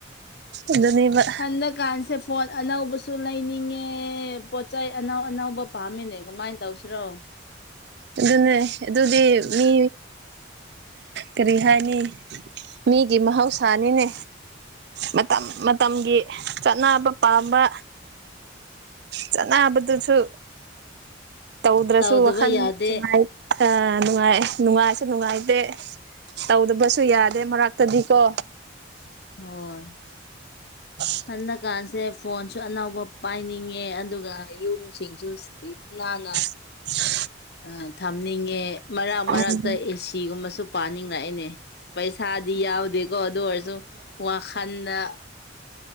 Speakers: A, on the right; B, on the left.
A: ꯑꯗꯨꯅꯦꯕ
B: ꯍꯟꯗ ꯀꯥꯟꯁꯦ ꯐꯣꯟ ꯑꯅ ꯎꯕꯨꯁꯨ ꯂꯩꯅꯤꯡꯉꯦ ꯄꯣꯠ ꯆꯩ ꯑꯅꯥꯎ ꯑꯅꯧꯕꯕ ꯄꯥꯝꯃꯤꯅꯦ ꯀꯃꯥꯏꯅ ꯇꯧꯁꯤꯔꯣ
A: ꯑꯗꯨꯅꯦ ꯑꯗꯨꯗꯤ ꯃꯤ ꯀꯔꯤ ꯍꯥꯏꯅꯤ ꯃꯤꯒꯤ ꯃꯍꯧꯁꯥꯅꯤꯅꯦ ꯃꯇꯝ ꯃꯇꯝꯒꯤ ꯆꯠꯅꯕ ꯄꯥꯝꯕ ꯆꯅꯥꯕꯗꯨꯨ ꯁꯨ ꯇꯧꯗ꯭ꯔꯁꯨ
B: ꯇꯧꯗꯕ
A: ꯋꯥꯈꯜ
B: ꯌꯥꯗꯦ
A: ꯅꯨꯡꯉꯥꯏ ꯑ ꯅꯨꯡꯉꯥꯏ ꯅꯨꯡꯉꯥꯏꯁꯨ ꯅꯨꯡꯉꯥꯏꯇꯦ ꯇꯧꯗꯕꯁꯨ ꯌꯥꯗꯦ ꯃꯔꯛꯇꯗꯤꯀꯣ
B: ꯍꯣꯏ
A: ꯍ
B: ꯍꯟꯗꯛꯀꯥꯟꯁꯦ ꯐꯣꯟꯁꯨ ꯑꯅꯧꯕ ꯄꯥꯏꯅꯤꯡꯉꯦ ꯑꯗꯨꯒ ꯌꯨꯝꯁꯤꯡꯁꯨ ꯁꯤ ꯅꯥꯟꯅ
A: ꯍ
B: ꯑ ꯊꯝꯅꯤꯡꯉꯦ ꯃꯔꯛ
A: ꯎꯝ
B: ꯃꯔꯛꯇ ꯑꯦꯁꯤꯒꯨꯝꯕꯁꯨ ꯄꯥꯅꯤꯡꯉꯛꯏꯅꯦ ꯄꯩꯁꯥꯗꯤ ꯌꯥꯎꯗꯦꯀꯣ ꯑꯗꯨ ꯑꯣꯏꯔꯁꯨ ꯋꯥꯈꯜꯗ